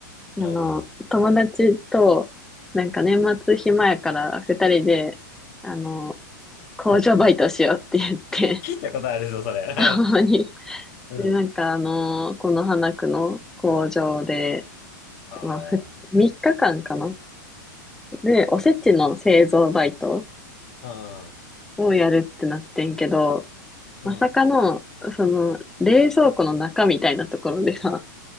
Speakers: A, in the centre; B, on the left (about 50°).
A: あの、
B: うん。
A: 友達と、なんか年末暇やから二人で、あの、
B: <laughs>
A: 工場バイトしようって言って、
B: だって、聞いたことあるぞ、それ。<laughs>
A: 青森に
B: うん。
A: で、なんかあのーこの花区の工場で、
B: うん。あ
A: まあ、ふ、3日間かんかなで、おせちの製造バイト
B: あ。うん。
A: をやるってなってんけど、
B: うん。
A: まさかの、その、冷蔵庫の中みたいなところでさ、